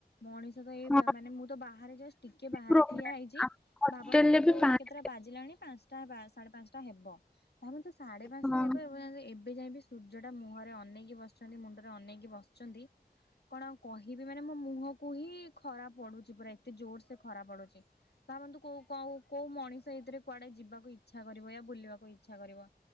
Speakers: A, on the left; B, in the centre.
A: ମଣିଷ ତ ଏଇ
B: ନା
A: ମାନେ ମୁଁ ତ ବାହାରେ ଯଷ୍ଟ ଟିକେ ବାହାରେ
B: ପ୍ରୋବ୍ଲେମ
A: ଠିଆ ହେଇଛି
B: ଆମ ହଷ୍ଟେଲରେ
A: ଭାବନ୍ତୁ ଏବେ
B: ବି ପାଣି
A: କେ ପତା ବାଜିଲାଣି ପାଞ୍ଚଟା ସାଢ଼େ ପାଞ୍ଚଟା ହେବ। ତାମ ତୁ ସାଢେ ପାଞ୍ଚଟା
B: ହଁ
A: ହେବ ଏବଂ ଏବେ ଯାଇବି ସୂର୍ଯ୍ୟ ଟା ମୁହଁରେ ଅନେକି ବସ ମୁଣ୍ଡରେ ଅନେଇକି ବସିଛନ୍ତି କଣ କହିବି ମାନେ ମୋ ମୁହ କୁହି ଖରା ପଡୁଛି ପୁରା ଏତେ ଜୋର ସେ ଖରା ପଡୁଛି। ଭାବନ୍ତୁ କୋଉ କଉ କୋଉ ମଣିଷ ଏଇଥିରେ କୁଆଡେ ଯିବାକୁ ଇଚ୍ଛା କରିବ ବୁଲିବାକୁ ଇଛା ଇଛା କରିବ।